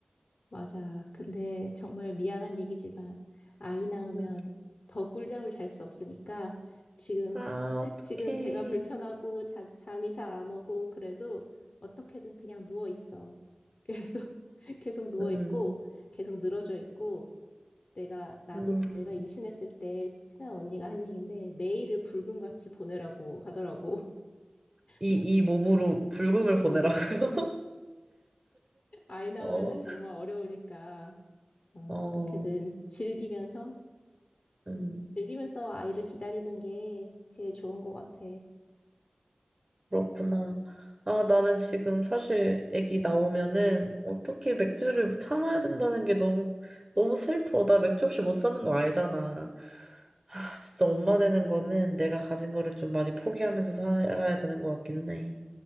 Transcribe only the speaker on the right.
음.
아,
어떡해.
음,
음.
이,
이 몸으로 불금을
보내라고요?
<laughs> 어,
어,
음.
그렇구나. 아, 나는 지금 사실 애기 나오면은 어떻게 맥주를 참아야 된다는 게 너무, 너무 슬퍼. 나 맥주 없이 못 사는 거 알잖아. 아, 진짜 엄마 되는 거는 내가 가진 거를 좀 많이 포기하면서 살아야 되는 것 같기는 해.